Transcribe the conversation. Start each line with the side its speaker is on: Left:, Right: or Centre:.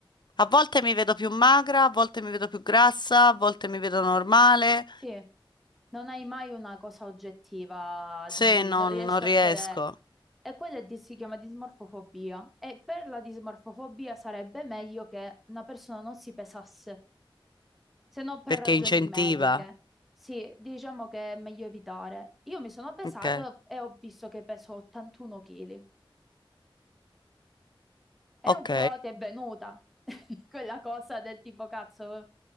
Left: A volte mi vedo più magra, a volte mi vedo più grassa, a volte mi vedo normale.
Centre: Sì, non hai mai una cosa oggettiva, di...
Left: Se non,
Centre: non riesci
Left: non riesco,
Centre: a vedere. E quella è di- si chiama dismorfofobia. E per la dismorfofobia sarebbe meglio che una persona non si pesasse, se non per
Left: perché
Centre: ragioni
Left: incentiva.
Centre: mediche. Sì, diciamo che è meglio evitare. Io mi sono pesata
Left: Ok,
Centre: e ho visto che peso 81 kg. È
Left: ok.
Centre: un po' ti è venuta <laughs> quella cosa del tipo cazzo,